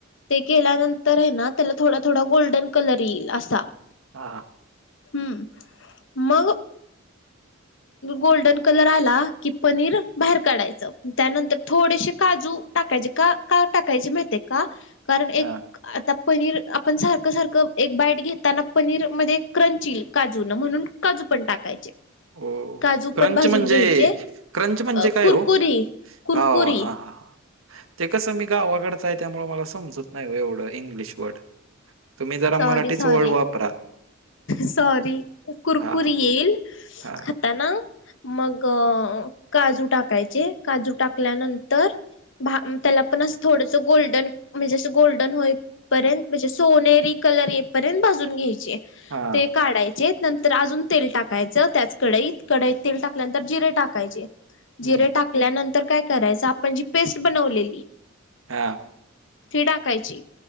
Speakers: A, on the left (about 65°); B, on the right (about 85°).
A: ते केल्यानंतर आहे ना त्याला थोडा थोडा गोल्डन कलर येईल असा
B: हां
A: हम्म मग गोल्डन कलर आला कि पनीर बाहेर काढायचं त्यानंतर थोडेसे काजू टाकायचे का का टाकायचे माह का कारण
B: हा
A: एक आता पनीर आपण सारखं सारखं एक बाईट घेताना पनीर मध्ये क्रंच काजू ना म्हणून काजू पण टाकायचे
B: हो
A: काजू
B: क्रंच
A: पण भाजून
B: म्हणजे
A: घ्यायचे
B: क्रंच म्हणजे
A: अ
B: काय
A: कुरकुरी
B: हो हो
A: कुरकुरी
B: हा हा ह ते कसं मी गावाकडचं आहे त्यामुळे मला समजत नाही एवढं इंग्लिश वर्ड तुम्ही जरा मराठीच
A: सॉरी सॉारी
B: वर्ड वापरा
A: सॉारी कुरकुरी
B: हा
A: येल
B: हा
A: आताना मग काजू टाकायचे काजू टाकल्यानंतर त्याला पण अस थोडस गोल्डन म्हणजे अस गोल्डन होईपर्यंत म्हणजे सोनेरी कलर येपर्यंत भाजून घ्यायचे
B: हा
A: ते काढायचे नंतर अजून तेल टाकायचं त्याच कडाईत कडाईत तेल टाकल्यानंतर जिरे टाकायचे
B: हम्म
A: जिरे टाकल्यानंतर काय करायच आपण जी पेस्ट बनवलेली
B: हा
A: ती टाकायची